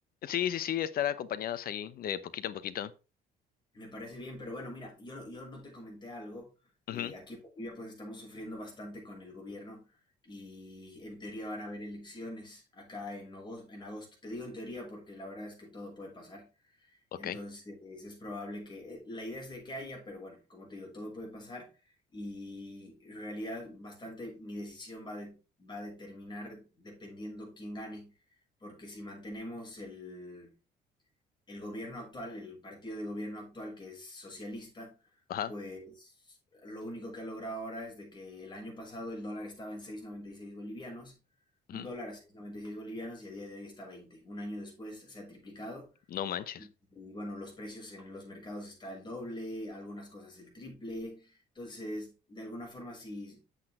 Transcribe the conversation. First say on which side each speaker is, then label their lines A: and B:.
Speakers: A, on the left; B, on the left.
A: Sí, sí, sí, estar acompañados ahí de poquito en poquito.
B: Me parece bien, pero bueno, mira, yo, yo no te comenté algo. eh,
A: Ujú,
B: aquí en Bolivia pues estamos sufriendo bastante con el gobierno y en teoría van a haber elecciones acá en agosto, en agosto. Te digo en teoría porque la verdad es que todo puede pasar.
A: Ok.
B: Entonces es probable que eh, la idea es de que haya, pero bueno, como te digo, todo puede pasar y en realidad bastante mi decisión va, a de- va a determinar dependiendo quién gane, porque si mantenemos el el gobierno actual, el partido de gobierno actual que es socialista,
A: Ajá.
B: pues lo único que ha logrado ahora es de que el año pasado el dólar estaba en seis noventa y seis bolivianos, un
A: ujú,
B: dólar a seis noventa y seis bolivianos y a día de hoy está a 20. Un año después se ha triplicado
A: No manches.
B: y bueno, los precios en los mercados está el doble, algunas cosas el triple. Entonces, de alguna forma, si